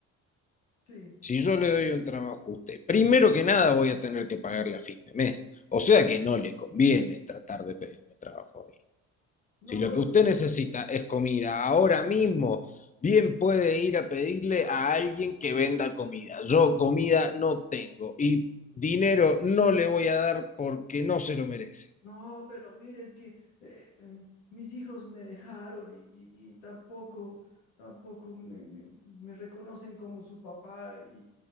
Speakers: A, on the left; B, on the left.
A: Sí,
B: si yo le doy un trabajo a usted, primero que nada voy a tener que pagarle a fin de mes. O sea que no le conviene tratar de pedirme trabajo
A: no,
B: Si lo que usted necesita es comida ahora mismo, bien puede ir a pedirle a alguien que venda comida. Yo comida no tengo y dinero no le voy a dar porque no se lo merece.
A: No, pero mire, es que eh, em, mis hijos me dejaron y, y- y tampoco, tampoco me, me- me reconocen como su papá y,